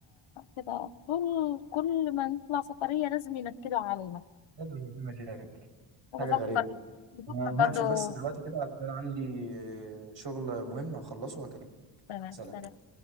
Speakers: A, on the left (about 75°); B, on the right (about 65°).
A: كده طول كل ما نطلع سفرية لازم ينكدوا علينا
B: لازم يبقى في مشاكل
A: وبفكر
B: حاجة غريبة
A: بفكر
B: أنا
A: برضو
B: هقفل بس دلوقتي كده علشان عندي آه، شغل مهم هخلصه وهكلمك
A: تمام
B: سلام
A: سلام